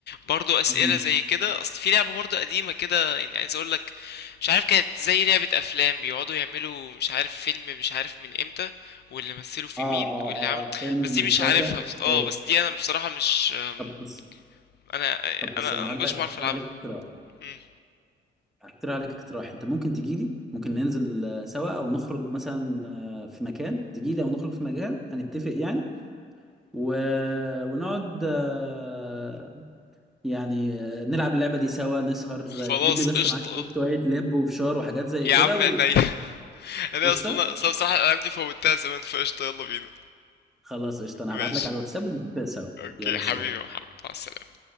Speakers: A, on the left; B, in the centre.
A: برضو اسئله
B: مهم.
A: زي كده اصل في لعبه برضو قديمه كده يعني عايز اقول لك مش عارف كانت زي لعبه افلام بيقعدوا يعملوا مش عارف فيلم مش عارف من امتى واللي مثلوا فيه
B: اه اه
A: مين
B: اه
A: واللي عمل
B: آه، فيلم من
A: بس دي مش
B: كذا
A: عارفها بس
B: اوكي
A: اه بس دي انا بصراحه مش آم،
B: طب بص
A: انا انا
B: طب بص انا
A: انا
B: هقول
A: ما كنتش
B: لك
A: بعرف
B: هقترح
A: العبها
B: عليك اقتراح
A: مم،
B: هقترح عليك اقتراح انت ممكن تجي لي ممكن ننزل آه، سوا او نخرج مثلا آه، في مكان تجي لي او نخرج في مكان هنتفق يعني و... ونقعد آه، يعني آه، نلعب اللعبه دي سوا نسهر
A: خلاص
B: آه، تجيب لي بس
A: قشطه
B: معاك شويه لب وفشار وحاجات زي
A: يا
B: كده
A: عم احنا ايه <laughs> انا
B: وقشطه
A: اصلا اصلا بصراحة الالعاب دي فوتها زمان فقشطة يلا بينا
B: خلاص قشطة انا
A: ماشي
B: هبعت لك على الواتساب ونتفق سوا
A: اوكي
B: يلا
A: حبيبي
B: سلام
A: يا محمد مع السلامة